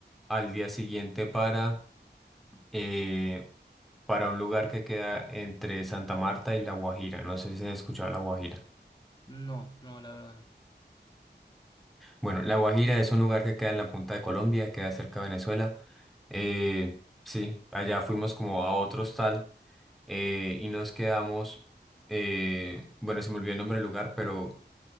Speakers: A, in the centre; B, on the left (about 25°).
A: al día siguiente para, eh, para un lugar que queda entre Santa Marta y La Guajira, no sé si has escuchado La Guajira.
B: No, no, la verdad
A: Bueno, La Guajira es un lugar que queda en la punta de Colombia, queda cerca de Venezuela, eh, sí, allá fuimos como a otro hostal eh, y nos quedamos, eh, bueno, se me olvidó el nombre del lugar, pero